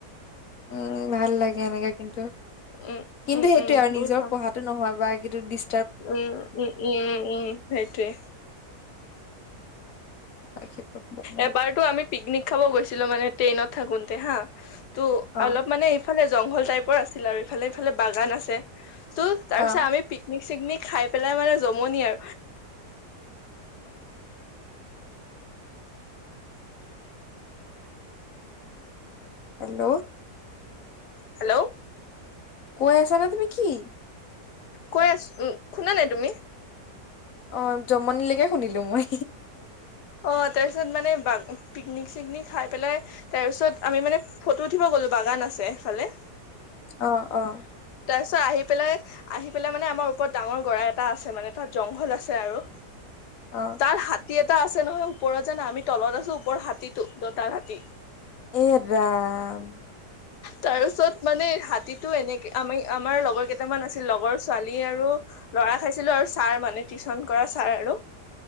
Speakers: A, on the left (about 60°); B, on the left (about 75°).
A: উম ভাল লাগে এনেকে কিন্তু।
B: উম
A: কিন্তু
B: উম
A: সেইটোয়ে
B: উম
A: আৰু
B: বহুত
A: নিজৰ
B: ভাল
A: পঢ়াটো নহয় বা কিটো দিচ
B: উম, উম, উম, উম সেইটোৱে।
A: বাকী প্ৰব্লেম নাই
B: এবাৰতো আমি পিকনিক খাব গৈছিলো মানে। টেইনত থাকোতে হা তো
A: অ
B: অলপ মানে ইফালে জংঘল টাইপৰ আছিল আৰু ইফালে ইফালে বাগান আছে ত' তাৰপিছত
A: অ
B: আমি পিকনিক চিকনিক খাই পেলাই মানে জমনি আৰু।
A: হেল্ল'।
B: হেল্ল'।
A: কৈ আছানে তুমি কি?
B: কৈ আছো। উম শুনা নাই তুমি?
A: অ' জমনি লৈকে শুনিলো মই।
B: অ' তাৰ পিছত মানে বা পিকনিক চিকনিক খাই পেলাই তাৰ পিছত আমি মানে ফটো উঠিব গ'লো বাগান আছে সিফালে।
A: অ', অ'।
B: তাৰপিছত আহি পেলাই আহি পেলাই মানে আমাৰ ওপৰত ডাঙৰ গৰা এটা আছে মানে তাত জংঘল আছে আৰু।
A: অ
B: তাত হাতী এটা আছে নহয়, ওপৰত জানা আমি তলত আছো ওপৰৰ হাতীতো দতাল হাতী।
A: এ ৰাম
B: তাৰ পিছত মানে হাতীতো এনেকে আমি আমাৰ লগৰ কেইটামান আছিল, লগৰ ছোৱালী আৰু ল'ৰা খাইছিলো আৰু ছাৰ মানে টিউচন কৰা ছাৰ আৰু।